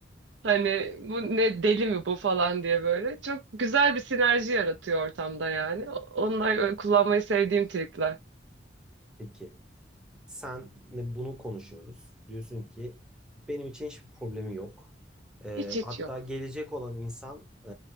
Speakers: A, on the right; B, in the centre.
A: Hani bu ne deli mi bu falan diye böyle. Çok güzel bir sinerji yaratıyor ortamda yani. Onlar öyle kullanmayı sevdiğim trikler.
B: Peki. Senle bunu konuşuyoruz. Diyorsun ki benim için hiçbir problemi yok. Ee,
A: Hiç hiç
B: hatta
A: yok.
B: gelecek olan insan e,